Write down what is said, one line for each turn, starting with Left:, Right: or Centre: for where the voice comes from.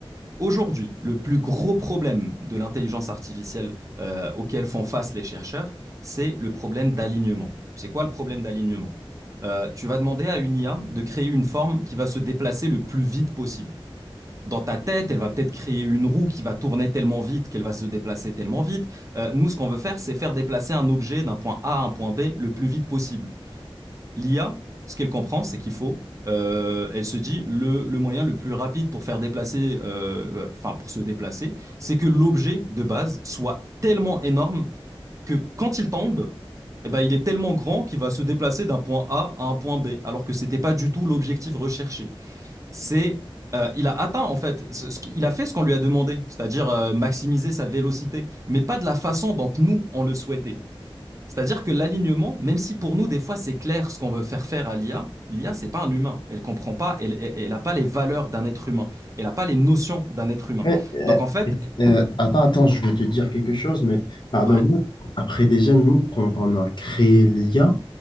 Right: Aujourd'hui, le plus gros problème de l'intelligence artificielle euh, auquel font face les chercheurs, c'est le problème d'alignement. C'est quoi le problème d'alignement? Euh, tu vas demander à une IA de créer une forme qui va se déplacer le plus vite possible dans ta tête, elle va peut-être créer une roue qui va tourner tellement vite qu'elle va se déplacer tellement vite. Euh, nous, ce qu'on veut faire, c'est faire déplacer un objet d'un point A à un point B le plus vite possible. L'IA, ce qu'elle comprend, c'est qu'il faut, euh, elle se dit, le, le, moyen le plus rapide pour faire déplacer, euh, euh, enfin pour se déplacer, c'est que l'objet de base soit tellement énorme que quand il tombe, eh ben, il est tellement grand qu'il va se déplacer d'un point A à un point B, alors que ce n'était pas du tout l'objectif recherché c'est euh, il a atteint en fait, ce, ce il a fait ce qu'on lui a demandé, c'est-à-dire euh, maximiser sa vélocité, mais pas de la façon dont nous on le souhaitait. C'est-à-dire que l'alignement, même si pour nous des fois c'est clair ce qu'on veut faire faire à l'IA, l'IA c'est pas un humain, elle ne comprend pas, elle, elle, elle a pas les valeurs d'un être humain, elle a pas les notions d'un être humain.
Left: Après, euh,
Right: Donc en fait,
Left: euh, attends, attends, je vais te dire quelque chose, mais pardonne-moi.
Right: ouais,
Left: Après, déjà, nous, quand on a créé l'IA,